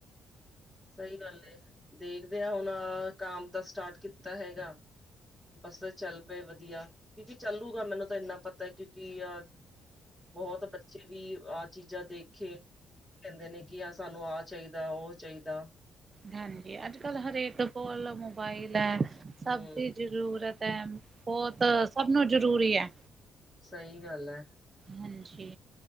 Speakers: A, in the centre; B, on the right (about 35°).
A: ਸਈ ਗੱਲ ਏ, ਦੇਖਦੇ ਆ ਹੋਨ ਕਾਮ ਤਾਂ ਸਟਾਟ ਕੀਤਾ ਹੇਗਾ, ਬਸ ਫੇਰ ਚੱਲ ਵੇ ਵਦੀਆ, ਕਿਉਂਕਿ ਚੱਲੂਗਾ ਮੈਨੂੰ ਤਾਂ ਏਨਾ ਪਤਾ ਏ ਕਿਉਂਕਿ ਆ ਬਹੋਤ ਬੱਚੇ ਵੀ ਆ ਚੀਜਾ ਦੇਖਕੇ, ਕੇਂਦੇ ਨੇ ਕਿ ਆ ਸਾਨੂੰ ਆ ਚਾਈ ਜਿੱਦਾ ਓ ਚਾਈਦਾ।
B: ਹਾਂਜੀ, ਅੱਜ-ਕੱਲ ਹਰੇਕ ਦੇ ਕੋਲ ਮੋਬਾਈਲ ਐ। ਸਬ
A: ਹੂੰ
B: ਦੀ ਜ਼ਰੂਰਤ ਐ, ਬੋਤ ਸਬ ਨੂੰ ਜਰੂਰੀ ਐ।
A: ਸਈ ਗਾੱਲ ਐ।
B: ਹਾਂਜੀ।